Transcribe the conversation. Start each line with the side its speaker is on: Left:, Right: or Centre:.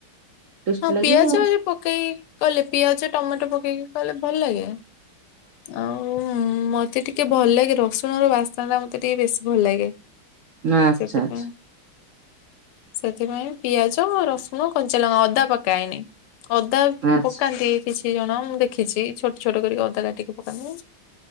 Right: ଟେଷ୍ଟି
Left: ହଁ
Right: ଲାଗିବ
Left: ପିଆଜ
Right: ଆଉ
Left: ପକେଇ କଲେ ପିଆଜ ଟମାଟୋ ପକେଇକି କଲେ ଭଲ ଲାଗେ ଆଉ ମତେ ଟିକେ ଭଲ ଲାଗେ ରସୁଣ ର ବାସ୍ନ ଟା ମତେ ଟିକେ ବେଶୀ ଭଲ ଲାଗେ
Right: ଆଚ୍ଛା
Left: ସେଥିପାଇଁ
Right: ଆଚ୍ଛା
Left: ସେଥିପାଇଁ ପିଆଜ ରସୁଣ କ ଞ୍ଚା ଲଙ୍କା ଅଦା ପକାଏନି ଅଦା
Right: ଆଚ୍ଛା
Left: ପକାନ୍ତି କିଛି ଜଣ ମୁଁ ଦେଖିଛି ଛୋଟ ଛୋଟ କରିକି ଅଦା କାଟିକି ପକାନ୍ତି